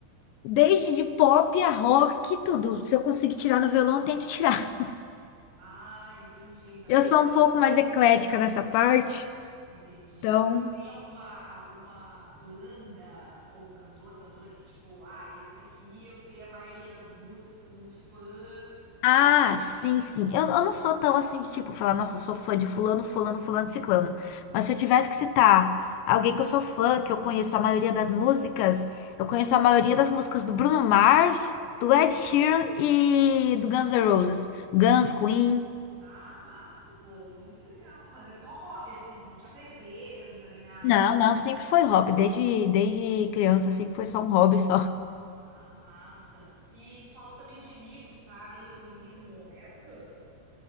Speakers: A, on the left; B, on the right.
A: desde de pop a rock, tudo. Se eu conseguir tirar no violão, eu tento tirar.
B: Ah, entendi. Então,
A: Eu
B: tanto
A: sou
B: faz.
A: um pouco mais eclética nessa parte.
B: Entendi.
A: então
B: Mas tu tem alguma alguma banda ou um cantor, cantora que tipo, ah, esse aqui eu sei a maioria das músicas, que eu sou muito fã.
A: Ah, sim, sim. Eu, eu não sou tão assim de tipo falar, nossa, eu sou fã de fulano, fulano, fulano, ciclano. Mas se eu tivesse que citar alguém que eu sou fã, que eu conheço a maioria das músicas, eu conheço a maioria das músicas do Bruno Mars, do
B: Hum.
A: Ed Sheeran e do Guns N' Roses. Guns, Queen.
B: Ah, massa, pô, muito legal. Mas é só hobby, assim, tu não te apresenta nem nada.
A: Não, não, sempre foi hobby. Desde, desde criança, sempre foi só um hobby só.
B: Ah, massa. E tu falou também de livro, tu tá lendo algum livro no momento?